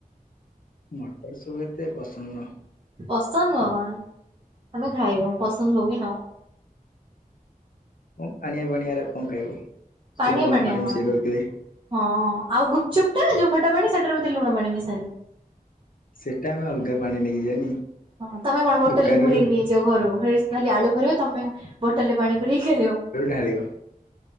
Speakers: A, on the left; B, on the right.
A: ମଟର ସୁପ୍ ଏତେ ପସନ୍ଦ ନୁହଁ।
B: ପସନ୍ଦ ନୁହଁ କଣ? ତୋମେ ଖାଇବ ପସନ୍ଦ ହଉ କି ନ ହଉ।
A: ଅଁ, ପାଣିଆ ପାଣିଆ ଗୁ୍ରା କଣ ଖାଇବୁ। ସେ
B: ପାଣିଆ
A: ଲୁଣ
B: ପାଣିଆ
A: ପାଣି
B: କଣ
A: ମିଶେଇ ଦଉଥିବେ
B: ହଁ ଆଉ ଗୁପଚୁପ୍ ଟା ଯୋଉ ଖଟା ପାଣି ସେଟାରେ ବୋଧେ ଲୁଣ ପାଣି ମିଶି
A: ସେଟା ଆମେ ଅଲଗା ପାଣି ନେଇକି ଯିବାନି।
B: ହଁ ତୋମେ କଣ ବୋଟଲ୍
A: ଦୋକାନରୁ
B: ରେ ପୁରେଇକି ନେଇଯିବ ଘରୁ। ହେସ ଖାଲି ଆଳୁ ପୁରେଇବ ତୋମେ ବୋଟଲ୍ ରେ ପାଣି ପୁରେଇକି ଖାଇଦବ।
A: ଖେଳିବ।